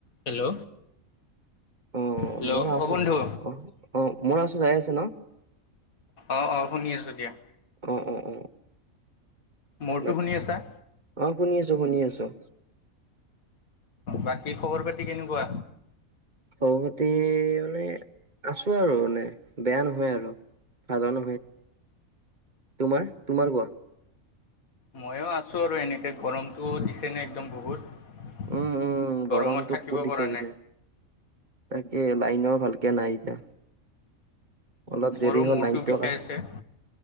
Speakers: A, on the left; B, on the right.
A: হেল্ল',
B: অ',
A: হেল্ল'
B: মোৰ আছো
A: অ' বন্ধু?
B: অ', অ' মোৰ আৱাজটো যাই আছে ন'?
A: অ', অ' শুনি আছোঁ দিয়া।
B: অ', অ', অ'।
A: মোৰটো
B: বাক
A: শুনি আছা?
B: অ' শুনি আছোঁ শুনি আছোঁ।
A: বাকী খবৰ পাতি কেনেকুৱা?
B: খবৰ পাতি মানে আছোঁ আৰু মানে, বেয়া নহয় আৰু। নাজানো বে, তোমাৰ তোমাৰ কোৱা?
A: ময়ো আছোঁ আৰু এনেকে গৰমটো দিছেনে একদম বহুত।
B: উম, উম,
A: গৰমত
B: গৰমতটো
A: থাকিব
B: বহুত দিছে
A: পৰা
B: পিছে,
A: নাই
B: তাকে লাইন' ভালকে নাই এতিয়া। অলপ দেৰি
A: মোৰো
B: হ'ল
A: মূৰটো
B: লাইনটো
A: বিষাই আছে।